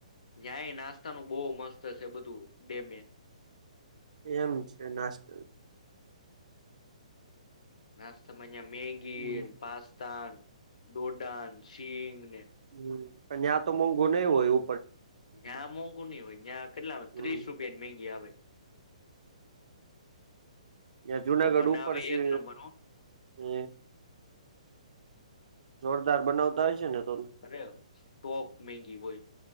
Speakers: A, on the left; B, on the right.
A: ન્યાય નાસ્તાનું બઉ મસ્ત શે બધું, ડેમે.
B: એમ છે નાસ્ત
A: નાસ્તામાં ન્યા મેંગી,
B: હમ
A: પાસ્તાન, ડોડાન, શીંગને
B: હમ્મ પણ ન્યાં તો મોંઘુ નઈ હોય ઉ
A: ન્યાં મોંઘુ ની હોય ન્યાં કેટલામાં
B: હમ
A: ત્રીસ રૂપિયાની મેંગી આવે. <inaudible>
B: યા જુનાગઢ
A: તો બનાવે
B: ઉપર છે.
A: એક નંબર હો
B: એ જોરદાર બનાવતા હોય છે ને. તો
A: અરે સ્ટોપ મેગી હોય.